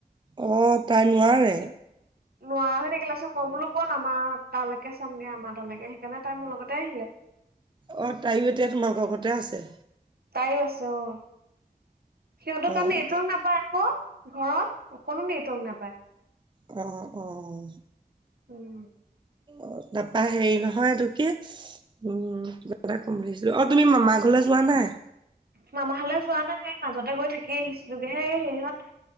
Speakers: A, on the right; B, on the right.
A: অঁ তাই নোৱাৰে।
B: নোৱাৰোৱা হৈ থাকিলা চ মই বোলো- বল আমাৰ তালৈকে চামগে আমাৰ তালৈকে সেইকাৰণে তাই মোৰ লগতে আহিলে।
A: অ তাইও এতিয়া তোমালোকৰ ঘতে আছে
B: তাইও আছে অঁ, সিহঁত
A: অ',
B: তাত ননেটৱৰ্ক নাপায় আকৌ ঘৰত অকণো নেটৱৰ্ক নাপায়।
A: অঁ অঁ অঁ অঁ
B: উম
A: অঁ তাৰাপা হেৰি নহয় এইটো কি? উম কিবা এটা কম বুলি ভাবিছিলো অ তুমি মামা ঘৰলৈ যোৱা নাই?
B: মামাহালে যোৱা নাই মাজতে গৈ থাকি আহিছিলোগে হে সেৰিহঁত-